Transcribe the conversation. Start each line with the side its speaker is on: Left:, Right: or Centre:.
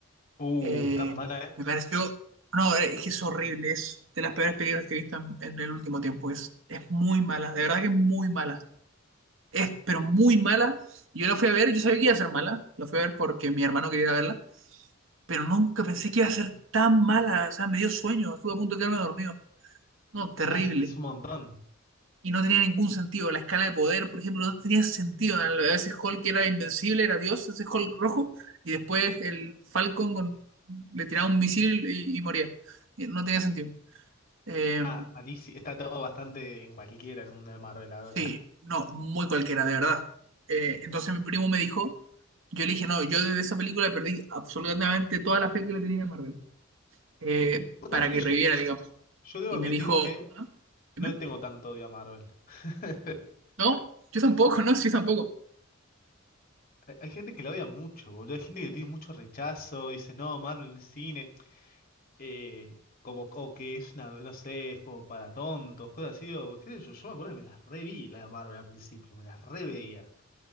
Left: Uh,
Right: eh,
Left: tan mala, ¿eh?
Right: me pareció, no, eh, es que es horrible, es de las peores películas que he visto en, en el último tiempo. Es, es muy mala, de verdad que es muy mala. Es, pero muy mala. y Yo la fui a ver, yo sabía que iba a ser mala, la fui a ver porque mi hermano quería verla pero nunca pensé que iba a ser tan mala. O sea, me dio sueño, estuve a punto de quedarme dormido. No, terrible.
Left: Ah, es, es un montón.
Right: Y no tenía ningún sentido. La escala de poder, por ejemplo, no tenía sentido. A veces Hulk era invencible, era Dios, ese Hulk rojo, y después el Falcon con- le tiraba un misil y, y moría. Y No tenía sentido. Eh,
Left: Ah, malísimo. Está todo bastante en cualquiera el mundo de Marvel ahora.
Right: sí, no, muy cualquiera, de verdad. Eh, entonces mi primo me dijo, yo le dije, no, yo de esa película perdí absolutamente toda la fe que le tenía en Marvel, eh,
Left: Vos
Right: para
Left: sabés
Right: que
Left: que
Right: reviviera,
Left: yo,
Right: digamos.
Left: yo debo
Right: Y
Left: admitir
Right: me dijo,
Left: que
Right: ¿ah? Dime.
Left: no le tengo tanto odio a Marvel. <laughs>
Right: No, yo tampoco, no, yo tampoco.
Left: Hay hay gente que la odia mucho, boludo. Hay gente que tiene mucho rechazo. Dice, no, Marvel no es cine. Eh, como, o que es una, no sé, es como para tontos, cosas así. O, qué sé yo, yo me acuerdo que me las reví, la de Marvel al principio. Me las reveía.